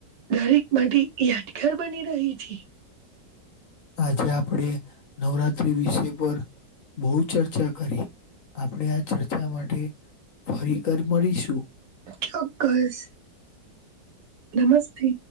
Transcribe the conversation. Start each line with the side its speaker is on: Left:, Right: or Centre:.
Right: દરેક માટે તે યાદગાર બની રહે છે.
Left: આજે આપડે નવરાત્રી વિશે પર બહુ ચર્ચા કરી આપણે આ ચર્ચા મા તે ફરી કર મળીશું.
Right: ચોક્કસ નમસ્તે.